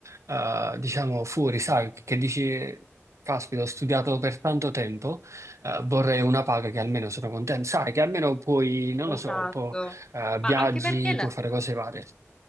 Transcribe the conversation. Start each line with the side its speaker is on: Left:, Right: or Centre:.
Right: eh, diciamo, fuori, sai, che dici, caspita, ho studiato per tanto tempo, eh, vorrei una paga che almeno sono contento, sai, che almeno puoi, non
Left: Esatto.
Right: lo so, può, eh,
Left: Ma
Right: viaggi,
Left: anche perché la-
Right: puoi fare cose varie,